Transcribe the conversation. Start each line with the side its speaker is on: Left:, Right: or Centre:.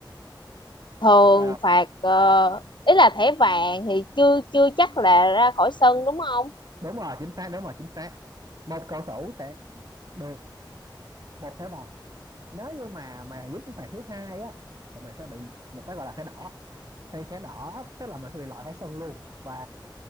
Left: thường
Right: ok
Left: phạt ờ, ý là thẻ vàng thì chưa chưa chắc là ra khỏi sân đúng không
Right: đúng rồi chính xác đúng rồi chính xác một cầu thủ sẽ được một thẻ vàng nếu như mà mà dính cái phạt thứ hai á thì mày sẽ bị một cái gọi là thẻ đỏ thì thẻ đỏ tức là mày sẽ bị loại khỏi sân luôn và